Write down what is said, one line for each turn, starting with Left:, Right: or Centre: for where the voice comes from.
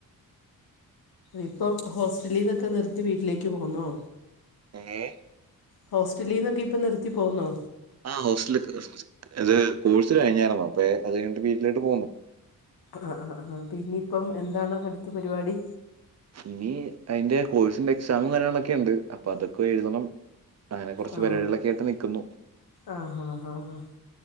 Left: ഇപ്പം ഹോസ്റ്റലീന്നൊക്കെ നിർത്തി വീട്ടിലേക്ക് പോന്നോ
Right: ഏഹ്
Left: ഹോസ്റ്റലിന്നൊക്കെ ഇപ്പൊ നിർത്തി പോകുന്നോ
Right: ആ ഹോസ്റ്റലക്ക് അത് കോഴ്സ് കഴിഞ്ഞായിരുന്നു അപ്പൊ അത് കഴിഞ്ഞി ട്ട് വീട്ടിലോട്ട് പോന്നു
Left: ആ ആ ആ പിന്നെയിപ്പം എന്താണ് അടുത്ത പരിപാടി
Right: ഇനി അതിന്റെ കോഴ്സിന്റെ എക്സാമും കാര്യങ്ങളൊക്കെ ഉണ്ട് അപ്പൊ അതൊക്കെ എഴുതണം അങ്ങനെ കുറച്ച്
Left: ആ
Right: പരിപാടികളൊക്കെ ആയിട്ട് നിക്കുന്നു
Left: ആ ഹാ ഹാ ഹാ